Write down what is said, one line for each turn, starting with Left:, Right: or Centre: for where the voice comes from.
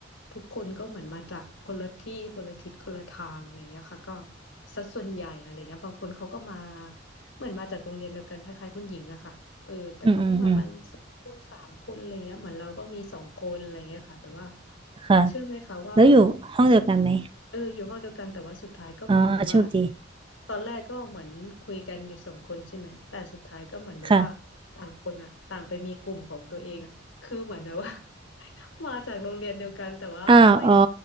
Left: ทุกคนก็เหมือนมาจากคนละที่คนละทิศคนละทางอะไรอย่างเงี้ยค่ะก็สัดส่วนใหญ่อะไรเงี้ยบางคนเขาก็มาเหมือนมาจากโรงเรียนเดียวกันคล้ายๆคุณหญิงอะค่ะเออแต่เขาก็มามันสองคนสามคนอะไรเงี้ยเหมือนเราก็มีสองคนอะไรเงี้ยค่ะแต่ว่า
Right: อืมอืมอืมค่ะ
Left: เชื่อไหมคะว่า
Right: แล้วอยู่ห้องเดียวกันไหม
Left: เอออยู่ห้องเดียวกันแต่ว่าสุดท้ายก็เหมือนแบบว่า
Right: อ๋อโชคดี
Left: ตอนแรกก็เหมือนคุยกันอยู่สองคนใช่ไหมแต่สุดท้ายก็เหมือนแบบว่าต่างคนอ่ะต่างไปมีกลุ่มของตัวเองอ่ะคือเหมือนแบบว่า
Right: ค่ะ
Left: <laughs> มาจากโรงเรียนเดียวกันแต่ว่าก็ไม่
Right: อ้าวอ๋อ